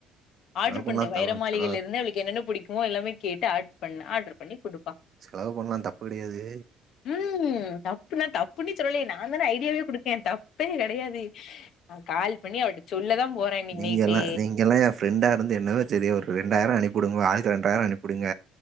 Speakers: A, on the left; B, on the right.
A: ஆர்டரு
B: செலவு பண்ணலா
A: பண்ணு வைர
B: த
A: மாளிகிலேருந்து
B: செலவு
A: அவளுக்கு என்னென்ன புடிக்குமோ எல்லாமேகேட்டு ஆடர் பண்ண ஆடர் பண்ணி குடுப்பா
B: செலவு பண்லா தப்பு கெடையாது
A: ம் தப்புனா தப்புன்னு சொல்லலயே நா தான ஐடியாவே குடுக்கே தப் ப்பே கெடையாது நா கால் பண்ணி அவள்ட்ட சொல்லதா போறே இன்னக்கி
B: நீங்கெல்லா
A: நைட்டு
B: நீங்கெல்லா எ ஃப்ரெண்டா இருந்து என்னதா செய்றீயோ ஒரு ரெண்டாயிரோ அனுப்பு டுங்கோ ஆளுக்கு ரெண்டாயிரோ அனுப்புடுங்க